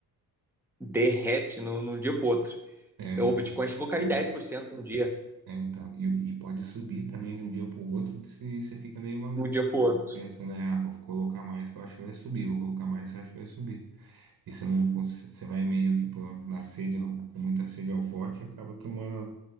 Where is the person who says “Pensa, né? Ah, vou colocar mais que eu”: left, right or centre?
Right